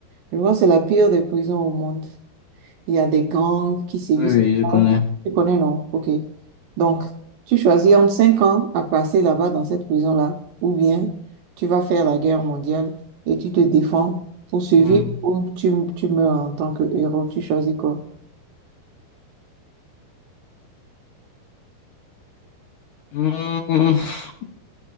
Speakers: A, on the right; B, on the left.
A: je crois que c'est la pire des prisons au monde. Il y a des gangs qui sévissent.
B: Oui, oui, je connais.
A: là. Tu connais, non? OK. Donc, tu choisis entre 5 ans à passer là-bas dans cette prison-là, ou bien tu vas faire la guerre mondiale et tu te défends pour survivre
B: Mhm.
A: ou tu, tu meurs en tant que héros. Tu choisis quoi?
B: Mhm. <laughs>